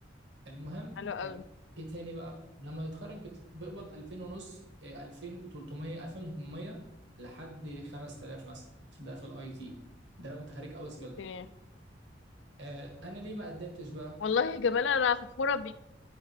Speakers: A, on the right; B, on the left.
A: المهم
B: حلو قوي
A: ايه إيه تاني بقى لما يتخرج بت- بيقبض 2000 ونص إيه، 2300 2800 لحد 5000 مثلا ده في الاي تي ده لو انت خارج اوس
B: اوكي
A: بيلدونج آه انا ليه ما قدمتش بقى
B: والله يا جمال انا فخورة بيك